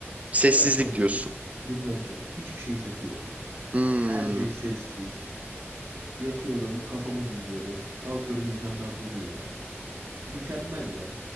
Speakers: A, on the right; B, on the right.
A: Sessizlik
B: Ben yatacağım
A: diyorsun.
B: böyle. Dinleneceğim. Hiçbir şeyin sesi yok.
A: Hmm.
B: Her şey sessiz. Yatıyorum. Kafamı dinliyorum. Kalkıyorum. insanlar duruyor. Mükemmel ya.